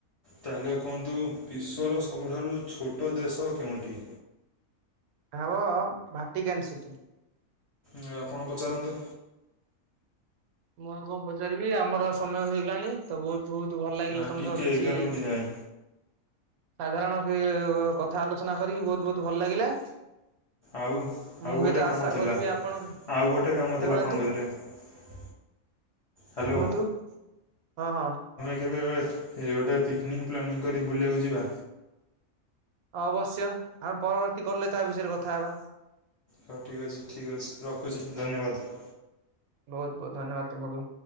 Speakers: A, on the left (about 60°); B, on the right (about 85°).
A: ତାହେଲେ କୁହନ୍ତୁ, ବିଶ୍ୱର ସବୁଠାରୁ ଛୋଟ ଦେଶ କେଉଁଠି?
B: ହାବ ଭାଟିକାନ୍ ସିଟି।
A: ହୁଁ ଆପଣ ପଚାରନ୍ତୁ।
B: ମୁଁ ଆଉ କଣ ପଚାରିବି, ଆମର ସମୟ ହୋଇଗଲାଣି ତ ବହୁତ ବହୁତ ଭଲ ଲାଗିଲା
A: ନା
B: ତମ
A: ଟିକେ
B: ସହ କିଛି
A: ଏଗାର ମିନିଟ୍
B: ସାଧାରଣ
A: ଯାଏଁ
B: କି କଥା ଆଲୋଚନା କରିକି, ବହୁତ ବହୁତ ଭଲ ଲାଗିଲା
A: ଆଉ
B: ମୁଁ
A: ଆଉ
B: ହୁଏତ
A: ଗୋଟେ କାମ
B: ଆଶା
A: ଥିଲା,
B: କରିବି ଆପଣଙ୍କୁ
A: ଆଉ ଗୋଟେ କାମ
B: ହଁ କହୁନାହାନ୍ତି
A: ଥିଲା ଆପଣଙ୍କ କତିରେ। ହ୍ୟାଲୋ।
B: କୁହନ୍ତୁ, ହଁ ହଁ।
A: କେବେ କେବେ ଗୋଟେ ପିକନିକ୍ ପ୍ଲାନିଂ କରି ବୁଲିବାକୁ ଯିବା?
B: ଅବଶ୍ୟ ଆମେ ପରବର୍ତ୍ତୀ କଲରେ ତା ବିଷୟରେ କଥା ହେବା।
A: ହଁ ଠିକ୍ ଅଛି ଠିକ୍ ଅଛି ରଖୁଛି ଧନ୍ୟବାଦ।
B: ବହୁତ ବହୁତ ଧନ୍ୟବାଦ ତୁମକୁ।